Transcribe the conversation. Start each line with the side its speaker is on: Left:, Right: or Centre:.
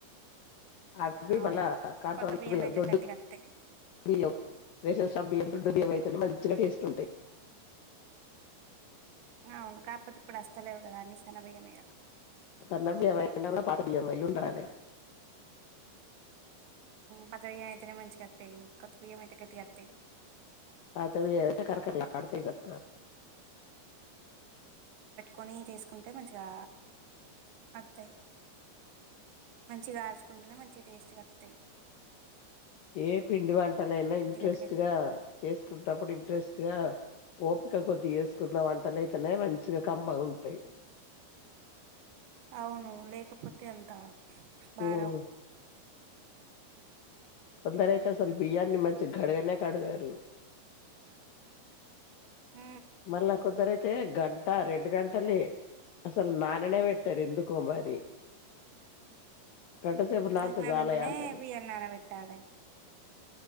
Left: ఆబ
Right: అవును
Left: మళ్ళ కట్
Right: కొత్త బియ్యం అయితే
Left: దడ్డుయ
Right: గట్టిగా వత్తయి
Left: రేషన్ షాపు రడ్డు బియ్య అయితే మంచిగా టేస్ట్ ఉంటాయి.
Right: అవును కాకపోతే ఇప్పుడు వస్తలేవు కదా అన్ని సన్న బియ్యమే కద
Left: సన్న బియ్యం అయినా కూడా పాత బియ్యం అయ్ ఉండాలే
Right: మదరయ్యం అయితేనే మంచిగా వస్తాయి కొత్త బియ్యం అయితే గట్టిగా వస్తాయి
Left: ఆతే మీ ఎట కక లాడతే సత
Right: కొని చేసుకుంటే మంచిగా వత్తాయి మంచిగా కాల్చుకుంటేనే మంచిగా టేస్ట్గా వస్తాయి
Left: ఏ పిండి వంటలైనా ఇంట్రెస్ట్
Right: గట్టిగా
Left: గా చేసుకుంటప్పుడు ఇంట్రెస్ట్ గా ఓపి క తీ కున్న వంటలు అయితేనే మంచిగా కమ్మగా ఉంటాయి టాయ్
Right: అవును లేకపోతె అంతా బారవు
Left: ఉమ్. కొందరయితే అసలు బియ్యాన్ని మంచి గడగనే కడగరు
Right: హ
Left: మళ్ళా కొందరైతే గంట రెండు గంటలే అసలు నాన్నే పెట్టారు ఎందుకో మరి గంట సేపు నానితే
Right: సకినాలంటేనె
Left: చాలయా అంటారు
Right: బియ్యం నానబెట్టాలి